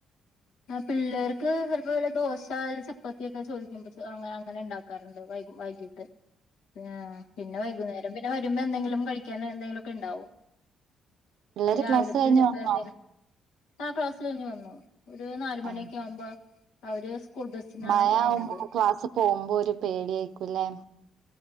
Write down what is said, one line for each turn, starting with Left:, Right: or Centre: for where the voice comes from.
Left: ആ, പിള്ളേർക്ക് ചിലപ്പോ വല്ല ദോശ, ചപ്പാത്തിയൊക്കെ, ചോദിക്കുമ്പ അങ്ങനെ ഉണ്ടാക്കാറുണ്ട് വൈകീട്ട്. ആ, പിന്നെ വൈകുന്നേരം പിന്നെ വരുമ്പോ എന്തെങ്കിലും കഴിക്കൻ എന്തെങ്കിലുമൊക്കെ ഉണ്ടാവും.
Right: പിള്ളേര്
Left: രാവിലത്തെ
Right: ക്ലാസ് കഴിഞ്ഞ്
Left: ചെലപ്പോ
Right: വന്നോ
Left: എന്തേലും. ആ. ക്ലാസ്സ് കഴിഞ്ഞ് വന്നോ? ഒരു നാല് മണിയൊക്കെ
Right: ആ
Left: ആവുമ്പോ അവര് സ്കൂൾ ബസിനാണ്
Right: മഴ
Left: വരണത്.
Right: ആവുമ്പോ ക്ലാസ് പോകുമ്പോ ഒരു പേടി ആയിക്കുംല്ലേ.